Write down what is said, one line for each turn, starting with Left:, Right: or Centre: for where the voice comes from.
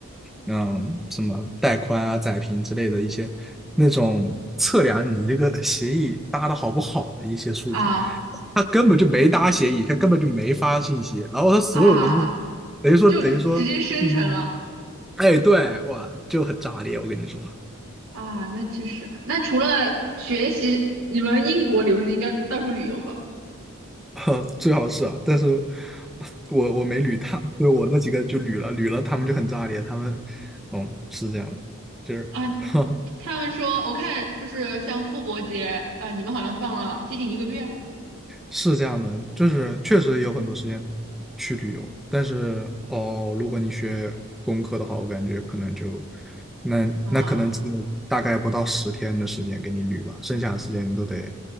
Centre: 嗯什么带宽啊、载频之类的一些那种测量你这个协议搭的好不好的一些数据，
Right: 啊
Centre: 他根本就没搭协议，他根本就没发信息，然后他所有的那
Right: 啊啊！
Centre: 等于说等于说，
Right: 就直接生成了
Centre: 嗯，哎，对，哇，就很炸裂，我跟你说，
Right: 啊。那其实，那除了学习，你们英国留子应该到处旅游吧？
Centre: <laughs> 最好是啊，但是我我没捋他，对我那几个就捋了捋了，他们就很炸裂，他们嗯是这样的，就是。
Right: 啊，
Centre: <laughs>
Right: 他们说我看就是像复活节，呃，你们好像放了接近一个月
Centre: 是这样的，就是确实有很多时间去旅游，但是哦，如果你学工科的话，我感觉可能就那那可能只有大概不到十天的时间给你旅吧，
Right: 啊，
Centre: 剩下的时间都得